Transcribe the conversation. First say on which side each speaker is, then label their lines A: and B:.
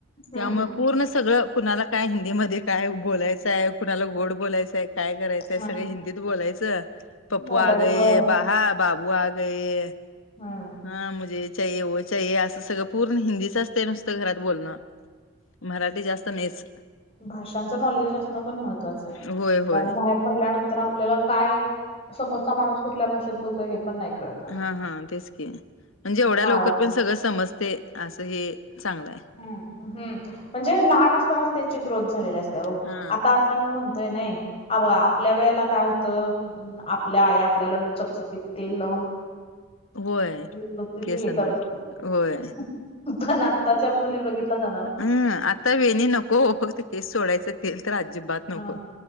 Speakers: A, on the left (about 30°); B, on the left (about 80°).
A: हम्म
B: त्यामुळ पूर्ण सगळं कुणाला काय हिंदीमध्ये काय बोलायचहाय कुणाला गोड बोलायचं हाय काय करायचंय
A: हम्म
B: सगळे हिंदीत बोलायचं पप्पू
A: मोबाईलमुळं
B: आगये बाहा बाबू आगये
A: हा.
B: हा मुझे ये चाहिए ओ चाहिए असं सगळं पूर्ण हिंदीच अस ते नुसत घरात बोलणं मराठी जास्त नाहीच.
A: भाषांच नॉलेज असणं पण महत्त्वाचं आहे.
B: होय होय
A: कारण बाहेर पडल्यानंतर आपल्याला काय समोरचा माणूस कुठल्या भाषेत बोलतो हे पण नाही कळणार
B: हा हा तेच की म्हणजे एवढ्या
A: मा
B: लवकर पण सगळं समजते आसं हे चांगल हाय.
A: हुं, हुं म्हणजे लहान असतानाच त्यांची ग्रोथ झालेली आसत्या ओ
B: हा
A: आता आ पण म्हणतोय नाही आ ब आपल्या वेळेला काय होतं? आपल्या आया आपल्याला चपचपित तेल लावून
B: होय
A: व्यवस्थित
B: केसांना
A: हे करत होत्या
B: होय
A: पण आताच्या मुली बघितल्यासा नव्ह
B: हम्म आता वेणी नको फक्त केस सोडायचं तेलतर आजिबात नको
A: हा.